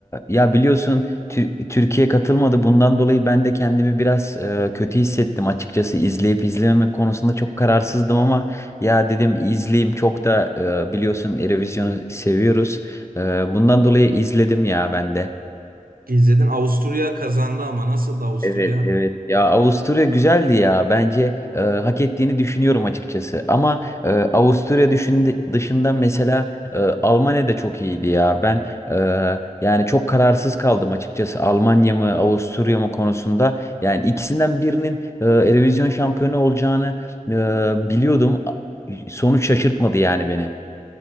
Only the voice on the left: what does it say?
ya biliyorsun Tür- Türkiye katılmadı. Bundan dolayı ben de kendimi biraz e, kötü hissettim açıkçası. izleyip izlememek konusunda çok kararsızdım ama ya dedim izleyeyim. Çok da e, biliyorsun Eurovision'u seviyoruz. E, bundan dolayı izledim ya ben de.
Evet evet ya Avusturya güzeldi ya bence e, hak ettiğini düşünüyorum açıkçası ama e, Avusturya düşünde, dışında mesela e, Almanya da çok iyiydi ya ben e, yani çok kararsız kaldım açıkçası Almanya mı Avusturya mı konusunda yani ikisinden birinin e, Eurovision şampiyonu olacağını e, biliyordum sonuç şaşırtmadı yani beni.